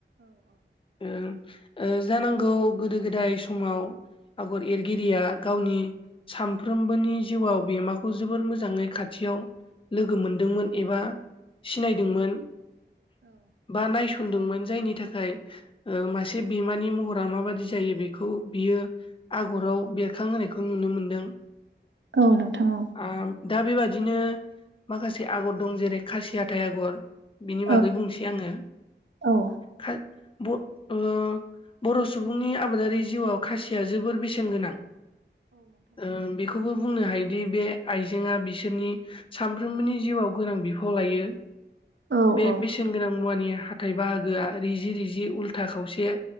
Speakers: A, on the left; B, on the right.
A: ओ ओ जानांगौ गोदो गोदाय समाव आगर एरगिरिया गावनि सानफ्रोमबोनि जिउआव बेमाखौ जोबोर मोजाङै खाथियाव लोगो मोनदोंमोन एबा सिनायदोंमोन बा नायसनदोंमोन जायनि थाखाय ओ मासे बेमानि महरा माबादि जायो बेखौ बियो आगराव बेरखां होनायखौ नुनो मोनदों।
B: औ नोंथां औ।
A: ओ दा बेबादिनो माखासे आगर दं जेरै खासि हाथाइ आगर बिनि
B: औ
A: बागै बुंसै आङो
B: औ
A: खा ब ओ बर' सुबुंनि आबादारि जिउआव खासिया जोबोर बेसेन गोनां ओ बेख खौबो बुंनो हायोदि बे आइजेंआ बिसोरनि सानफ्रोमबोनि जिउआव गोनां बिफा खौ लायो
B: औ
A: बे बेसेन गोनां मुवानि हा हाथाय बाहागोआ रिजि रिजि उल्था खावसे